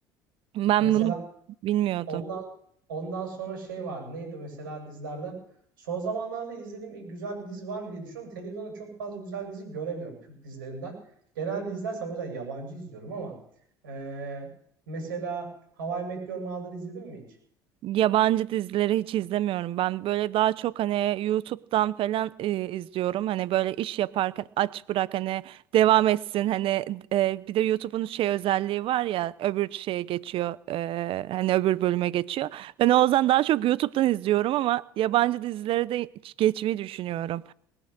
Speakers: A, on the right (about 55°); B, on the right (about 85°).
A: Ben
B: Mesela
A: bunu bilmiyordum.
B: Ondan ondan sonra şey vardı. Neydi mesela dizilerden? Son zamanlarda izlediğim ilk güzel bir dizi var mı diye düşünüyorum. Televizyonda çok fazla güzel dizi göremiyorum Türk dizilerinden. Genelde izlersem o yüzden yabancı izliyorum ama eee, mesela How I Met Your Mother izledin mi hiç?
A: Yabancı dizileri hiç izlemiyorum. Ben böyle daha çok hani YouTube'dan falan e, izliyorum. Hani böyle iş yaparken aç bırak hani devam etsin. Hani e, bir de YouTube'un şey özelliği var ya öbür şeye geçiyor. e, hani öbür bölüme geçiyor. Ben o yüzden daha çok YouTube'dan izliyorum ama yabancı dizileri de hiç geçmeyi düşünüyorum.